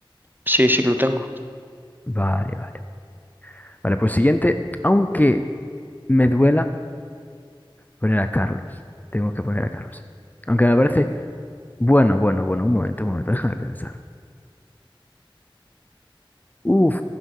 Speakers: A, on the right (about 20°); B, on the left (about 20°).
A: Sí, sí que lo tengo.
B: Vale, vale. Vale, pues siguiente, aunque me duela poner a Carlos. Tengo que poner a Carlos ahí. Aunque me parece, bueno, bueno, bueno, un momento, un momento, <laughs> déjame pensar. Uf,